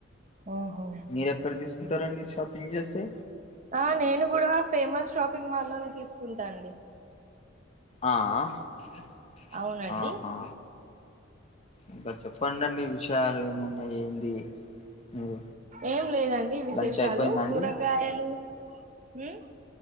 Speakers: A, on the right; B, on the left.
A: ఉహు
B: మీరెక్కడ తీసు ఇంతరండి షాపింగ్ చేస్తే
A: ఆ నేను కూడా ఫేమస్ షాపింగ్ మాల్లోనే తీసుకుంటా అండి
B: ఆ అ
A: అవునండి
B: ఆహా ఇంకా చెపండండి విషయాలు ఏమున్నాయి ఏంది మీరు
A: ఏం లేదండి విసేషాలు
B: లంచ్ అయిపోయిందా అండి
A: కూరగాయలు ఉమ్